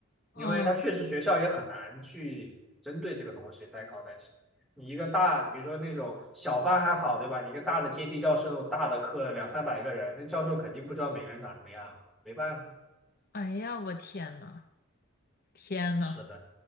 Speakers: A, in the centre; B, on the left.
A: 因为它确实学校也很难去针对这个东西代考代写。
B: 嗯，
A: 你一个大，比如说那种小班还好，对吧？你一个大的阶梯教室那种大的课，两三百个人，那教授肯定不知道每个人长什么样，没办法。
B: 哎呀，我天呐，天呐，
A: 是的，